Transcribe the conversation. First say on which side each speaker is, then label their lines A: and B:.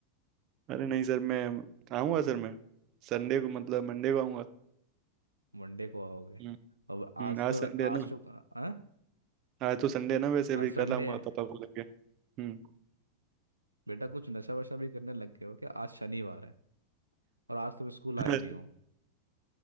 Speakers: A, on the right (about 35°); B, on the right (about 80°).
A: अरे नहीं सर मैं आऊँगा सर मैं संडे को मतलब मंडे को आऊँगा
B: मंडे को आओगे
A: हम्म
B: अब
A: हम्म,
B: आज
A: आज
B: तो
A: संडे है
B: आज
A: ना
B: शुक्र हाँ?
A: आज तो संडे है ना वैसे
B: आज
A: भी
B: संडे
A: कल आऊँगा
B: है
A: पापा को लेके हम्म
B: बेटा कुछ नशा वशा भी करने लग गए हो क्या आज शनिवार है और आज तुम स्कूल आए
A: अरे,
B: नहीं हो